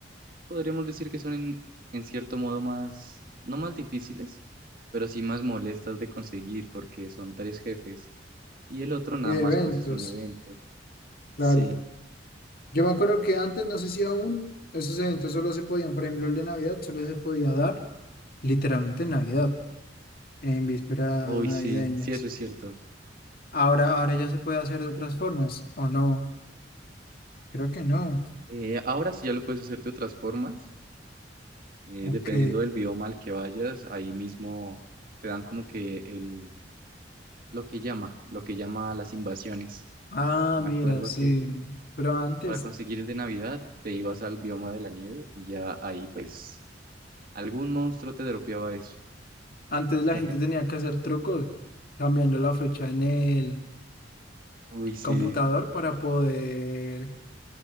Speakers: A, on the right; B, on the left.
A: podríamos decir que son en, en cierto modo más, no más difíciles, pero sí más molestas de conseguir porque son tres jefes y el otro nada
B: Y de
A: más
B: eventos,
A: pues es un evento.
B: claro.
A: Sí,
B: Yo me acuerdo que antes, no sé si aún, esos eventos solo se podían, por ejemplo, el de Navidad, solo se podía dar literalmente en Navidad, en vísperas
A: hoy
B: navideñas.
A: sí, sí, eso es cierto.
B: Ahora, ahora ya se puede hacer de otras formas, ¿o no? Creo que no.
A: Eh, ahora sí ya lo puedes hacer de otras formas, eh,
B: Ok.
A: dependiendo del bioma al que vayas, ahí mismo te dan como que el, lo que llama, lo que llama las invasiones.
B: Ah,
A: Me
B: mira,
A: acuerdo
B: sí.
A: que
B: Pero antes,
A: para conseguir el de Navidad te ibas al bioma de la nieve y ya ahí pues Algún monstruo te dropeaba eso.
B: antes la
A: <laughs>
B: gente tenía que hacer trucos, cambiando la fecha en el
A: Uy, sí.
B: computador para poder